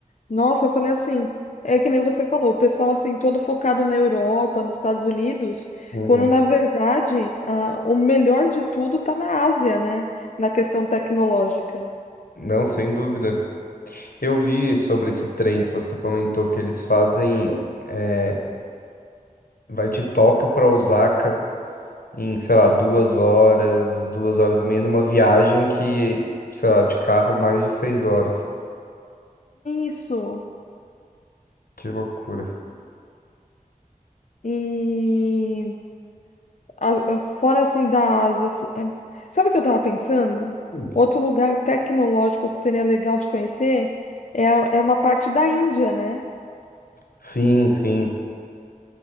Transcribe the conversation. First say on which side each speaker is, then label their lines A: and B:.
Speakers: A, on the left (about 55°); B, on the left (about 85°).
A: Nossa, eu falei assim, é que nem você falou, o pessoal assim, todo focado na Europa, nos Estados Unidos,
B: Uhum.
A: quando na verdade a- o melhor de tudo tá na Ásia, né? Na questão tecnológica.
B: Não, sem dúvida. Eu vi sobre esse trem que você comentou que eles fazem. é, vai de Tóquio para Osaka em, sei lá, duas horas, duas horas e meia, numa viagem que, sei lá, de carro mais de seis horas.
A: Isso.
B: Que loucura.
A: E. A- a- Fora assim da Ásia. assim, é- Sabe o que eu tava pensando?
B: Hum.
A: Outro lugar tecnológico que seria legal de conhecer é, a- é uma parte da Índia, né?
B: Sim, sim.